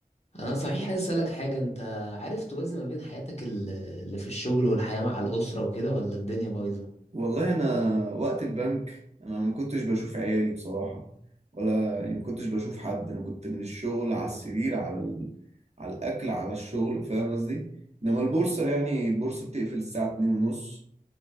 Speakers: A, on the left; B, on the right.
A: انا صحيح عايز اسالك حاجه انت عارف توازن ما بين حياتك ال- اللي في الشغل والحياه مع الاسره وكده ولا الدنيا بايظه
B: والله انا وقت البنك انا ما كنتش بشوف عيالي بصراحه ولا يعني ما كنتش بشوف حد انا كنت من الشغل على السرير على ال... على الاكل على الشغل فاهم قصدي انما البورصه يعني البورصه بتقفل الساعه 2 ونص